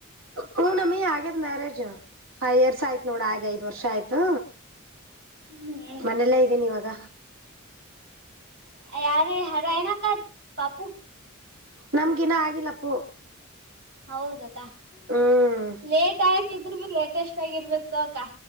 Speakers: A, on the right (about 85°); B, on the right (about 55°).
A: ಹ್ಞೂ ನಮ್ಮಿ ಆಗ್ಯದ್ ಮ್ಯಾರೇಜ್ ಫೈವ್ ಇಯರ್ಸ್ ಆಯ್ತು ನೋಡ ಹಾಗೆ ಐದ್ ವರ್ಷ ಆಯ್ತು
B: ಹ್ಮ್
A: ಮನೆಲ್ಲ ಇದ್ದೇನೆ ಇವಾಗ
B: ಯಾರ ಯಾರನಾ ಕ ಪಾಪೂ
A: ನಮ್ಗಿನ ಆಗಿಲ್ಲಪ್ಪು
B: ಹೌದಕ್ಕ
A: ಹ್ಮ್
B: ಲೇಟ್ ಆಗಿದರು ಬಿ ಲೇಟೆಸ್ಟ್ ಆಗಿರ್ಬೇಕತ ಅಕ್ಕ